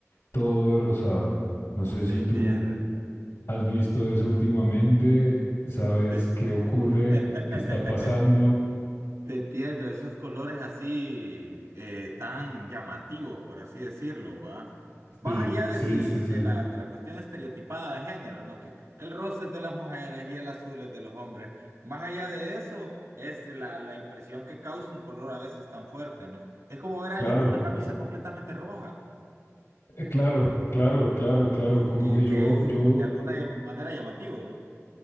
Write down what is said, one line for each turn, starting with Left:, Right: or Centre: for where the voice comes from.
Left: todo de rosado. No sé
Right: Te
Left: si
Right: entiendo.
Left: tú has visto eso últimamente, sabes
Right: Te,
Left: qué ocurre,
Right: <laughs>
Left: qué está pasando.
Right: te entiendo, esos colores así eh, tan llamativos, por así decirlo, ¿va? Más
Left: Sí,
Right: allá
Left: sí,
Right: de si
Left: sí, sí.
Right: de la, de la cuestión estereotipada de género, ¿no? Que el rosa es de las mujeres y el azul es de los hombres. Más allá de eso, es la, la impresión que causa un color a veces tan fuerte, ¿no? Es como ver a
Left: Claro,
Right: alguien con una camisa completamente roja,
Left: eh, claro, claro, claro, claro.
Right: <laughs>
Left: Como
Right: que,
Left: que yo,
Right: que es
Left: yo,
Right: de alguna manera llamativo, ¿no?